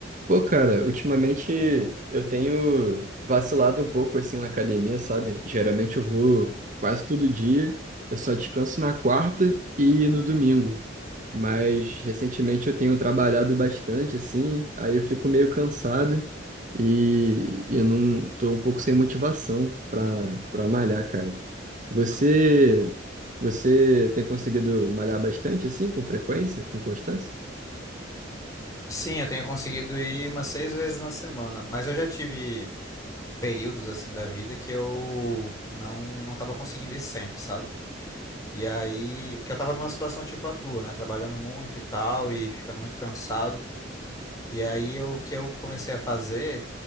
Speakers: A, on the right; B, on the left.
A: Pô, cara, ultimamente eu tenho vacilado um pouco assim na academia, sabe? Geralmente eu vou quase todo dia, eu só descanso na quarta e no domingo. Mas recentemente eu tenho trabalhado bastante assim, aí eu fico meio cansado e e eu não tô um pouco sem motivação para para malhar, cara. Você você tem conseguido malhar bastante assim, com frequência, com constância?
B: Sim, eu tenho conseguido ir umas seis vezes na semana, mas eu já tive períodos assim da vida que eu não não estava conseguindo ir sempre, sabe? E aí que eu tava numa situação tipo a tua, né, trabalhando muito e tal e ficando muito cansado. E aí eu- o que eu comecei a fazer